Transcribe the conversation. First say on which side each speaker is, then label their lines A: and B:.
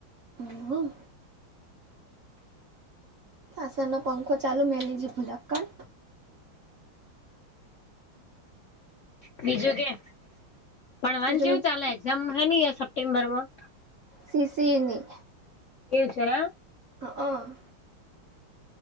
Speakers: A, on the right (about 45°); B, on the left (about 65°).
A: હમવ અસનો પંખો ચાલુ મે લજી ભૂલક્કન
B: બીજું કે <unintelligible> ભવાન
A: બીજું
B: જેવું ચાલે છે? જમ હની સપ્ટે્બરમાં?
A: સીસીની
B: એલ્શે <inaudible>
A: હ હ